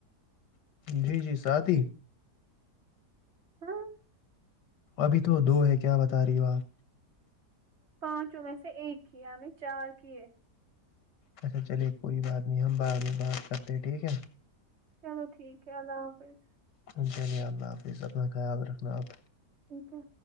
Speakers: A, on the left; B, on the right.
A: جی جی سات ہی
B: ہاں
A: ابھی تو دو ہے کیا بتا رہی ہو آپ
B: پانچوں میں سے ایک کی ہمیں چار کیے
A: اچھا چلیے کوئی بات نہیں ہم بعد میں بات کرتے ٹھیک ہے
B: چلو ٹھیک ہے اللہ حافظ
A: ان چلے اللہ حافظ اپنا خیال رکھنا آپ
B: ٹھیک ہے